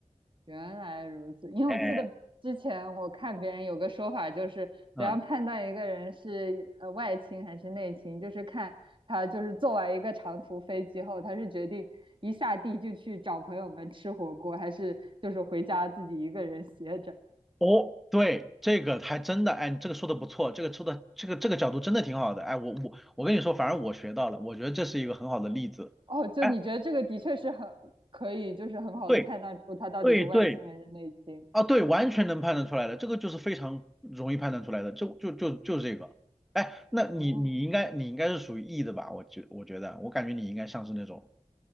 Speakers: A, on the right (about 40°); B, in the centre.
A: 原来如此，因为我记得之前我看别人有个说法，
B: 哎，
A: 就是怎样判断一个人是呃外倾还是内倾，
B: 嗯，
A: 就是看他就是坐完一个长途飞机后，他是决定一下地就去找朋友们吃火锅，还是就是回家自己一个人歇着。
B: 哦，对，这个还真的，哎，你这个说的不错，这个说的这个这个角度真的挺好的，哎，我我我跟你说，反而我学到了，我觉得这是一个很好的例子，
A: 哦，就你觉得这个的确是很可以，
B: 哎，
A: 就是很好的判断出他到底是外倾还是内倾。
B: 对对对，啊，对，完全能判断出来的，这个就是非常容易判断出来的，就就就就是这个，哎，那你你应该你应该是属于
A: 哦，
B: E 的吧？我觉我觉得，我感觉你应该像是那种，